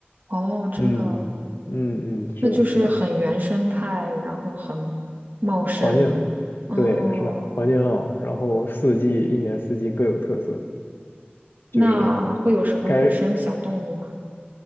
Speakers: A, on the right; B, on the left.
A: 哦，真的哦，
B: 嗯嗯嗯，是的，
A: 那就是很原生态，
B: 是的，
A: 然后很茂盛。
B: 环境，
A: 哦，
B: 对，是的，环境很好，然后四季一年四季各有特色，
A: 那会有什么野生小动物吗？
B: 就是该